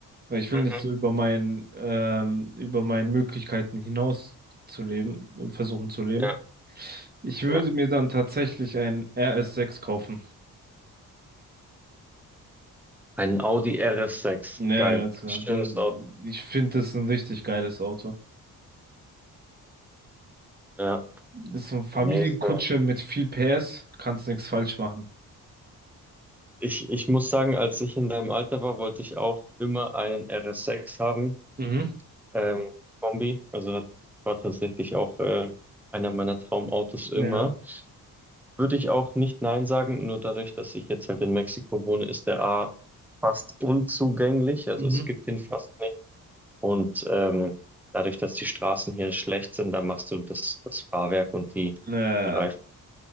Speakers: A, on the right (about 20°); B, in the centre.
A: weil ich will
B: Mhm,
A: nicht so über mein, ähm, über meinen Möglichkeiten hinaus zu leben, versuchen zu leben.
B: ja.
A: Ich würde
B: ja.
A: mir dann tatsächlich ein RS6 kaufen.
B: Ein Audi RS6.
A: Ja,
B: Geil.
A: ganz genau.
B: Schönes
A: Das,
B: Auto.
A: ich finde das ist ein richtig geiles Auto.
B: Ja.
A: ist so eine Familienkutsche
B: Nächste.
A: mit viel PS, kannst nichts falsch machen.
B: Ich, ich muss sagen, als ich in deinem Alter war, wollte ich auch immer einen RS6 haben.
A: Mhm.
B: Ähm, Kombi. Also hat, war tatsächlich auch äh, einer meiner Traumautos immer.
A: Ja.
B: Würde ich auch nicht nein sagen, nur dadurch, dass ich jetzt halt in Mexiko wohne, ist der A fast unzugänglich. Also
A: Mhm.
B: es gibt ihn fast nicht. Und ähm, dadurch, dass die Straßen hier schlecht sind, da machst du das, das Fahrwerk und die,
A: Äh,
B: die Reifen